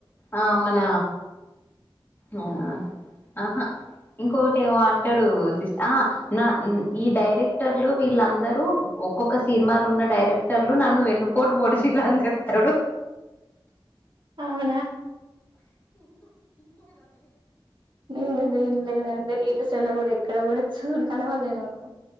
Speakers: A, on the left; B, on the right.
A: ఆ మన ఆ ఆహా ఇంకొకటి ఏమో అంటాడు సిస్ నా ఈ డైరెక్టర్లు వీళ్ళందరూ ఒక్కొక్క సినిమాలు ఉన్న డైరెక్టర్లు నన్ను వెన్నుపోటు ఓడి చెప్తాడూ
B: అవునా నె నుదే లేదంటే రీల్స్ లలో కూడా ఎక్కడ కూడా చూడు కనబల్లె నాకు